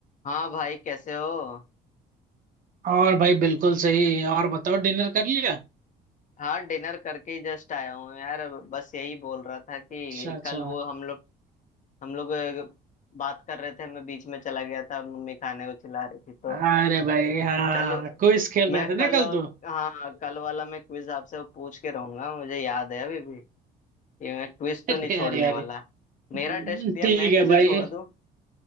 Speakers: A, on the left (about 50°); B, on the right (about 55°).
A: हाँ भाई कैसे हो
B: और भाई बिल्कुल सही और बताओ डिनर कर लिया
A: हाँ डिनर करके ही जस्ट आया हूँ यार बस यही बोल रहा था कि
B: अच्छा अच्छा
A: कल वो हम लोग हम लोग अ, बात कर रहे थे मैं बीच में चला गया था मम्मी खाने को चिल्ला रही थी तो
B: अरे भाई हाँ
A: चलो
B: क्विज खेल रहे
A: मैं
B: थे ना
A: कल
B: कल तो
A: हाँ कल वाला मैं क्विज आपसे वो पूछ के रहूंगा मुझे याद है अभी भी कि मैं क्विज तो
B: अरे
A: नहीं छोड़ने
B: अरे अरे
A: वाला मेरा
B: हम्म,
A: टेस्ट लिया
B: ठीक
A: मैं
B: है
A: कैसे
B: भाई
A: छोड़ दूं